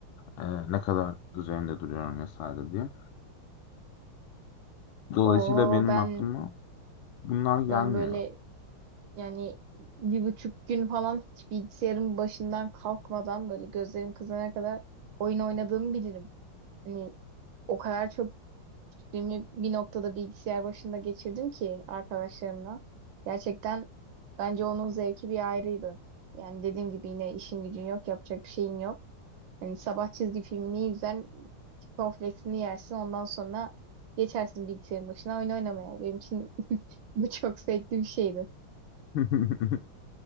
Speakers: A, on the left; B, on the right.
A: Ee, ne kadar üzerinde duruyorum vesaire diye. Dolayısıyla
B: Oo
A: benim
B: ben
A: aklıma bunlar gelmiyor.
B: ben böyle Yani bir buçuk gün falan hiç bilgisayarın başından kalkmadan böyle gözlerim kızarana kadar oyun oynadığımı bilirim. Hani o kadar çok günü bir noktada bilgisayar başında geçirdim ki arkadaşlarımla. Gerçekten bence onun zevki bir ayrıydı. Yani dediğim gibi yine işin gücün yok, yapacak bir şeyin yok. Hani sabah çizgi filmini izler, cornflakes'ini yersin ondan sonra geçersin bilgisayarın başına oyun oynamaya. Benim için <laughs> bu çok zevkli bir şeydi.
A: <laughs>